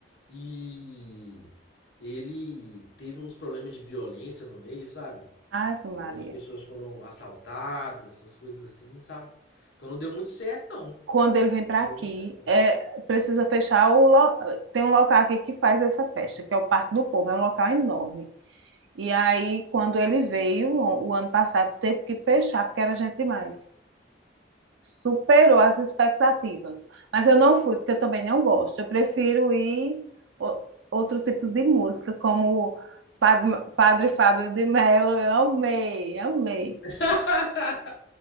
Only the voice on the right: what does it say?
Ave Maria.
Quando ele vem para
aqui,
é, precisa fechar o. lo- Tem um local aqui que faz essa festa, que é o Parque do Povo, é um local enorme. E aí, quando ele veio, o ano passado, teve que fechar, porque era gente demais. Superou as expectativas. Mas eu não fui, porque eu também não gosto. Eu prefiro ir o- outro tipo de música, como Padre, Padre Fábio de Mello. Eu amei, amei.